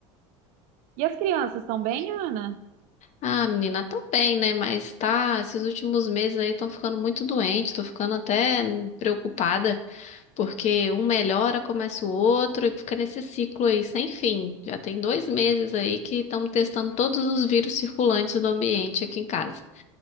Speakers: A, on the right (about 60°); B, on the left (about 45°).
A: E as crianças estão bem, Ana?
B: Ah, menina, tão bem, né, mas tá, esses últimos meses aí estão ficando muito doente, tô ficando até preocupada, porque um melhora, começa o outro e fica nesse ciclo aí sem fim. Já tem dois meses aí que estamos testando todos os vírus circulantes do ambiente aqui em casa.